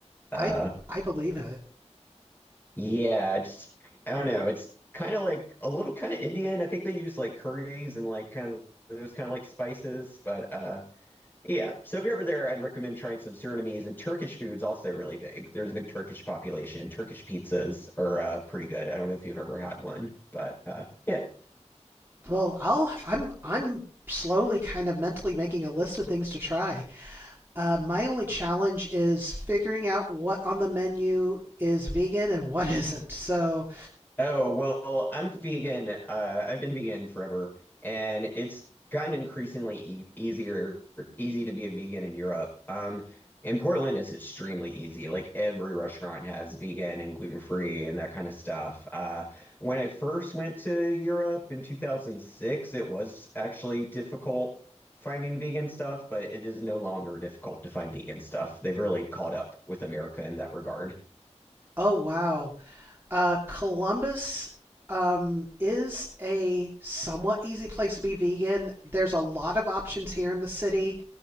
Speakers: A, on the left; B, on the right.
A: Uh,
B: I I believe it.
A: yeah, it's I don't know. It's kind of like a little kind of Indian. I think they use like curries and like kind of those kind of like spices. But uh yeah, so if you're ever there, I'd recommend trying some Surinamese and Turkish food's also really big. There's a big Turkish population. Turkish pizzas are uh, pretty good. I don't know if you've ever had one, but uh yeah.
B: Well, I'll I'm I'm slowly kind of mentally making a list of things to try. Uh, my only challenge is figuring out what on the menu is vegan and what <laughs> isn't. So,
A: Oh, well, I'm vegan. Uh, I've been vegan forever, and it's gotten increasingly e easier, easy to be a vegan in Europe. Um, in Portland, it's extremely easy. Like every restaurant has vegan and gluten-free and that kind of stuff. Uh, when I first went to Europe in 2006, it was actually difficult finding vegan stuff, but it is no longer difficult to find vegan stuff. They've really caught up with America in that regard.
B: oh wow, Uh, Columbus um, is a somewhat easy place to be vegan. There's a lot of options here in the city,